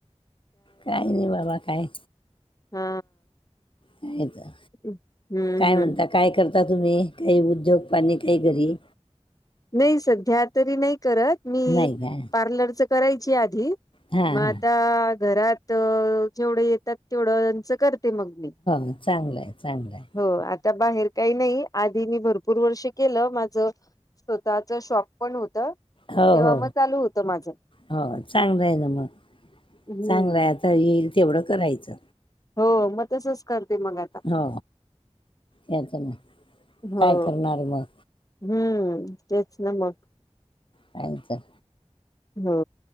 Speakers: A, on the left; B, on the left.
A: काही नाही बाबा काय
B: हा
A: काय तर.
B: हम्म
A: काय
B: हम्म
A: म्हणता काय करता तुम्ही काही उद्योग पाणी काही घरी
B: नाही सध्या तरी नाही करत मी
A: नाही काय
B: पार्लरच करायची आधी
A: हां
B: मग आता
A: हां
B: घरात जेवढं येतात तेवढंच करत ते मग मी
A: हो चांगलं आहे चांगलं आहे
B: हो आत त्या बाहेर काही नाही आधी मी भरपूर वर्ष केलं माझं. स्वतःच शॉप पण होत.
A: हो
B: तेव्हा
A: हो
B: मग चालू होतं माझं
A: हो चांगलं आहे ना मग
B: हम्म
A: चांगलं आहे आता. तर येईल तेवढं करायचं
B: हो मग तसच करते मग.
A: हो याच नाही
B: हो
A: काय करणार मग.
B: हम्म तेच न मग.
A: थ सर.
B: हो.